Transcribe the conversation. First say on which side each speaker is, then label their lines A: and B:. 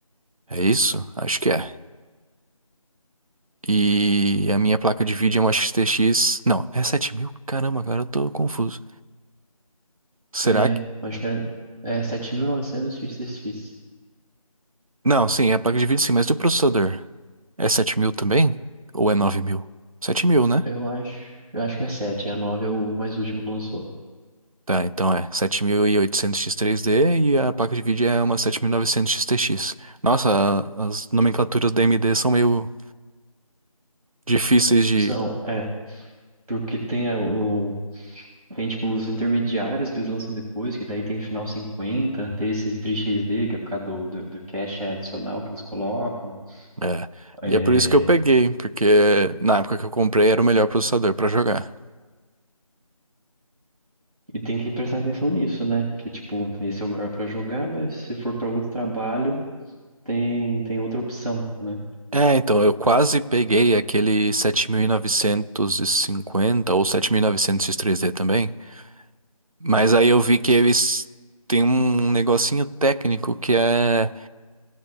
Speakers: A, on the right; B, on the right.
A: É isso? Acho que é. E a minha placa de vídeo é uma XTX. Não, é 7000. Caramba, agora eu tô confuso. Será
B: É,
A: que.
B: acho que era é, 7.900 XXX.
A: Não, sim, é placa de vídeo sim, mas e o processador? É 7000 também? Ou é nove mil? Sete mil, né?
B: Eu acho, eu acho que é sete É a 9 é o mais último que lançou.
A: Tá, então é sete mil e oitocentos x 3D e a placa de vídeo é uma 7900X TX. Nossa, a- as nomenclaturas da AMD são meio difíceis de.
B: São, é. Porque tem a- o Tem, tipo, os intermediários que eles lançam depois, que daí tem final cinquenta tem esses 3xD, que é por causa do, do, do cache adicional que eles colocam.
A: É.
B: É,
A: E é por isso que eu peguei, porque na época que eu comprei era o melhor processador pra jogar.
B: E tem que prestar atenção nisso, né? Que, tipo, esse é o melhor pra jogar, mas se for pra outro trabalho, tem, tem outra opção, né?
A: É, então, eu quase peguei aquele 7950 ou sete mil e novecentos x 3 d também. Mas aí eu vi que eles têm um negocinho técnico que é.